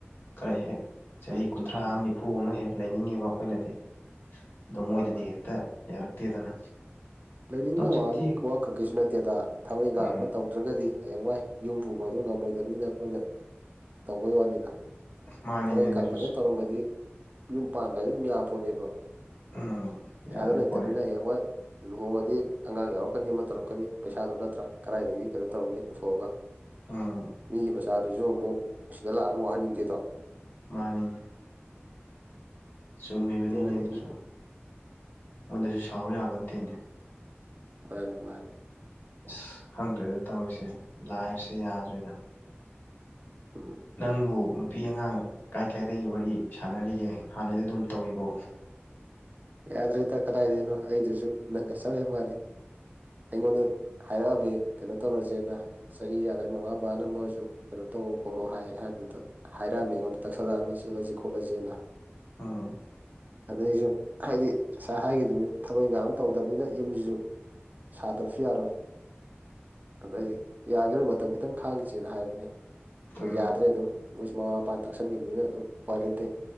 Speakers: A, on the left; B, on the right.
A: ꯈꯔꯦ ꯍꯦꯛ ꯆꯍꯤ
B: ꯎꯝ
A: ꯀꯨꯟꯊ꯭ꯔꯥ ꯑꯃ ꯅꯤꯐꯨ ꯑꯃ ꯍꯦꯛ ꯂꯩꯅꯤꯡꯉꯦꯕ ꯑꯩꯈꯣꯏꯅꯗꯤ ꯑꯗꯣ
B: ꯍꯣꯏ
A: ꯃꯣꯏꯗꯗꯤ
B: ꯍꯣꯏ
A: ꯍꯦꯛꯇ ꯌꯥꯔꯛꯇꯦꯗꯅ
B: ꯂꯩꯅꯤꯡꯕ
A: ꯑꯗꯣ ꯍꯧꯖꯤꯛꯇꯤ
B: ꯋꯥ ꯋꯥ ꯈꯛꯀꯤꯁꯨ ꯅꯠꯇꯦꯗꯥ ꯊꯕꯛ ꯏꯪꯈꯥꯡ
A: ꯎꯝ
B: ꯑꯃ ꯇꯧꯗ꯭ꯔꯒꯗꯤ ꯍꯌꯦꯡ ꯋꯥꯏ ꯌꯨꯝ ꯄꯨꯕ ꯑꯗꯨ ꯉꯝꯃꯣꯏꯗꯕꯅꯤꯅ ꯑꯩꯈꯣꯏꯅ ꯇꯧꯕꯩ ꯋꯥꯅꯤꯗ
A: ꯃꯥꯅꯤꯅꯦ
B: ꯊꯕꯛ ꯏꯪꯈꯥꯡ
A: ꯑꯗꯨꯁꯨ
B: ꯐꯖꯅ ꯇꯧꯔꯝꯕꯗꯤ ꯌꯨꯝ ꯄꯥꯟꯕ ꯍꯥꯏꯗ ꯑꯗꯨꯝ ꯌꯥ ꯄꯣꯠꯅꯦꯕ
A: ꯎꯝ
B: ꯄꯩꯁꯥꯗꯣ
A: ꯌꯥꯔꯦ
B: ꯂꯩꯇꯕꯅꯤꯅ
A: ꯄꯣꯠꯅꯦ
B: ꯍꯌꯦꯡꯋꯥꯏ ꯂꯨꯍꯣꯡꯉꯗꯤ ꯑꯉꯥꯡ ꯌꯥꯎꯔꯛꯀꯅꯤ ꯑꯃ ꯇꯧꯔꯛꯀꯅꯤ ꯄꯩꯁꯥꯗꯨꯣ ꯅꯠꯇ꯭ꯔꯥ ꯀꯗꯥꯏꯗꯒꯤ ꯀꯩꯅꯣ ꯇꯧꯔꯅꯤ ꯄꯨꯊꯣꯛꯑꯒ
A: ꯎꯝ
B: ꯃꯤꯒꯤ ꯃꯆꯥꯗꯨꯁꯨ ꯑꯃꯨꯛ ꯁꯤꯗ ꯂꯥꯛꯑꯒ ꯋꯥꯍꯟꯅꯤꯡꯗꯦꯗꯣ
A: ꯃꯥꯅꯤꯅ‌ꯦ ꯆꯨꯝꯃꯤꯕꯅꯤꯅꯦ
B: ꯑꯗꯨꯅꯅꯤꯅꯦ
A: ꯑꯗꯨꯁꯨ ꯃꯣꯏꯗꯁꯨ ꯁꯥꯎꯔꯨ ꯌꯥꯕ‌ꯣꯟꯇ‌‌ꯦꯅ‌ꯦ
B: ꯃꯥꯅꯤ ꯃꯥꯅꯤ
A: ꯑꯁ ꯈꯪꯗ꯭ꯔꯦꯗ ꯇꯧꯔꯤꯁꯦ ꯂꯥꯏꯐꯁꯦ ꯌꯥꯗ꯭ꯔꯦꯗ
B: ꯎꯝ
A: ꯅꯪꯕꯨ ꯅꯨꯄꯤ ꯑꯉꯥꯡ ꯀꯥꯏ ꯀꯥꯏꯗꯒꯤ ꯋꯥꯔꯤ ꯁꯥꯟꯅꯔꯤꯒꯦ ꯍꯥꯟꯅꯗꯤ ꯑꯗꯨꯝ ꯇꯧꯔꯤꯕꯣ
B: ꯌꯥꯗ꯭ꯔꯦꯗ ꯀꯗꯥꯏꯗꯅꯣ ꯑꯩꯗꯨꯁꯨ ꯅꯪꯒ ꯆꯞ ꯍꯦꯛ ꯃꯥꯟꯅꯩ ꯑꯩꯉꯣꯟꯗ ꯍꯥꯏꯔꯛꯑꯝꯃꯤ ꯀꯩꯅꯣ ꯇꯧꯔꯁꯦꯅ ꯆꯍꯤ ꯌꯥꯗ꯭ꯔ ꯃꯃꯥ ꯕꯥꯅ ꯃꯣꯏꯁꯨ ꯀꯩꯅꯣ ꯇꯧꯔꯣ ꯈꯣꯠꯂꯣ ꯍꯥꯏ ꯍꯥꯏꯕꯗꯨꯗ ꯍꯥꯏꯔꯛꯑꯝꯃꯦ ꯑꯩꯉꯣꯟꯗ ꯇꯛꯁꯜꯂꯛꯑꯝꯃꯦ ꯆꯦꯜꯂꯁꯤ ꯈꯣꯠꯂꯁꯦꯅ
A: ꯎꯝ
B: ꯑꯗꯩꯁꯨ ꯍꯥꯏꯗꯤ ꯉꯁꯥꯏ ꯍꯥꯏꯒꯤꯗꯨꯅꯤ ꯊꯕꯛ ꯏꯪꯈꯥꯡ ꯑꯃ ꯇꯧꯗꯕꯅꯤꯅ ꯌꯨꯝꯁꯤꯁꯨ ꯁꯥꯗꯕꯁꯨ ꯌꯥꯔꯣꯏ ꯑꯗ ꯌꯥꯒꯔꯣꯏ ꯃꯇꯝ ꯈꯤꯇꯪ ꯈꯥꯡꯉꯁꯦꯅ ꯍꯥꯏꯕꯅꯦ
A: ꯎꯝ
B: ꯑ ꯌꯥꯗ꯭ꯔꯦ ꯑꯗꯨꯝ ꯃꯣꯏꯁꯨ ꯃꯃꯥ ꯃꯄꯥ ꯇꯛꯁꯟꯈꯤꯕꯅꯤꯅ ꯑꯗꯨꯝ ꯎꯄꯥꯏ ꯂꯤꯞꯇꯦ